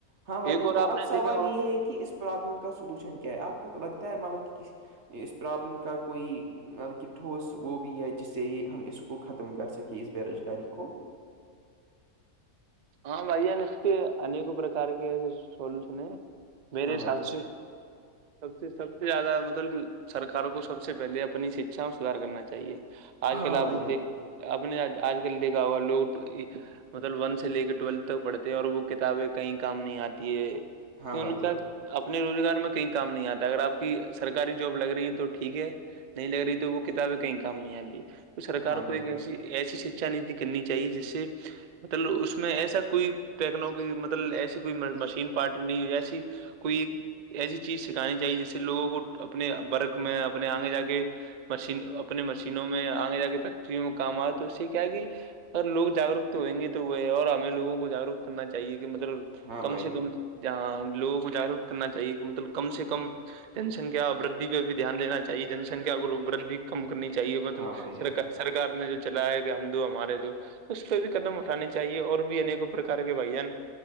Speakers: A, on the right; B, on the right.
A: ہاں بھائی
B: ایک
A: جان
B: اور
A: تو
B: آپ
A: اب
B: نے
A: سوال
B: دیکھا ہوگا
A: یہ ہے کہ اس پروابلم کا سولوشن کیا ہے آپ کو لگتا ہے مطلب کہ کسی اس پرابلم کا کوئی ملکہ ٹھوس وہ بھی ہے جس سے یہ ہم اس کو ختم کر سکیں اس بے روزگاری کو
B: ہاں بھائییا ن اس کے ایکوں پرکار کے ایسے سولوشن ہیں میرے
A: ہاں
B: حساب
A: بھائی جان
B: سے سب سے سب سے زیادہ مطلب سرک کو سب سے پہلے اپنی شکچھا سدار کرنا چاہیے آج
A: ہاں
B: کل آپ
A: بھائی
B: نے
A: جان
B: دیکھ آپ نے آج کل دیکا ہوا لوگ مطلب ونش <inaudible> سے لے کے ٹویلتھ تک پڑھتے ہیں اور وہ کتابیں کہیں کام نہیں آتی ہے
A: ہاں
B: کہ ان
A: بھائی جان
B: کا اپنے روزگار میں کہیں کام نہیں آتا اگر آپ کی سرکاری جاب لگ رہی ہے تو ٹھیک ہے نہیں لگ رہی تو وہ کتابیں کہیں کام نہیں آتی سرکار
A: ہاں
B: کو
A: بھائی
B: ایک
A: جان
B: ایسی ایسی شکھا نیتی کرنی چاہیے جس سے مطلب اس میں ایسا کوئی ٹیکنی مطلب ایسی کوئی مشین پارٹ نہیں ایسی کوئی ایسی چیز سکھانی چاہیے جیسے لوگوں کو اپنے برک میں اپنے آگے جا کے مشین اپنے مشینوں میں آگے جا کے فیکٹریوں میں کام آئے تو اس سے کیا کہ اگر لوگ جاگروک تو ہوئیں گے تو وہ اور ہمیں لوگوں کو جاگروک کرنا چاہیے کہ مطلب
A: ہاں
B: کم
A: بھائی
B: سے
A: جان
B: کم جہاں لوگوں کو جاگروک کرنا چاہیے کہ مطلب کم سے کم <inaudible> جنسنکھیا ودی پہ بھی دھیان دین چاہیے جن سنکھیا کو ودھھی کم کرنی چاہیے مطلب
A: ہاں بھائی جان
B: سر سرکار نے جو چلایا کہ ہم دو ہمارے دو اس پہ بھی قدم اٹھانے چاہیے اور بھی انیک پرکار کے بھائیان